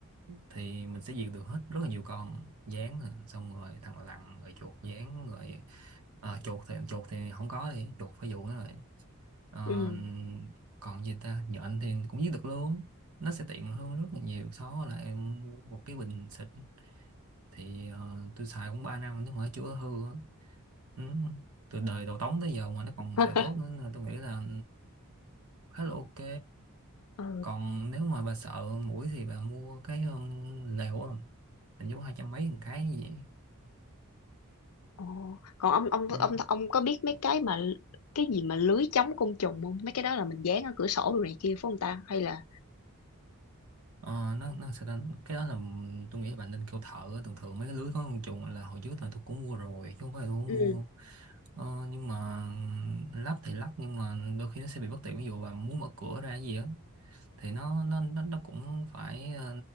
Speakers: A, on the right (about 70°); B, on the left (about 80°).
A: thì mình sẽ diệt được hết rất là nhiều con gián nè, xong rồi thằng lằn rồi chuột gián rồi À, chuột thì chuột thì không có thì chuột phải dụ nó rồi Ờ,
B: ừ
A: còn gì ta nhện thì cũng giết được luôn nó sẽ tiện hơn rất là nhiều so với là em mua một cái bình xịt thì ờ, tôi xài cũng 3 năm nếu mà nó chưa hư á. ừ. từ đời đầu tống tới giờ mà nó còn
B: <laughs>
A: xài tốt nữa nên tôi nghĩ là khá là ok
B: ừ
A: còn nếu mà bà sợ mũi thì bà mua cái um, lều á hình như hai trăm mấy một cái gì vậy
B: Ồ. còn ông ông
A: ừ.
B: ông ông có biết mấy cái mà cái gì mà lưới chống côn trùng không mấy cái đó là mình dán ở cửa sổ đồ này kia phải không ta hay là
A: Ờ, nó nó sẽ đánh- cái đó là tôi nghĩ là bà nên kêu thợ thường thường mấy cái lưới có con chuột là hồi trước là tôi cũng mua rồi chứ không phải là tôi không
B: ừ
A: mua Ờ, nhưng mà lắp thì lắp nhưng mà đôi khi nó sẽ bị bất tiện ví dụ bà muốn mở cửa ra cái gì á thì nó nó nó, nó cũng phải ờ,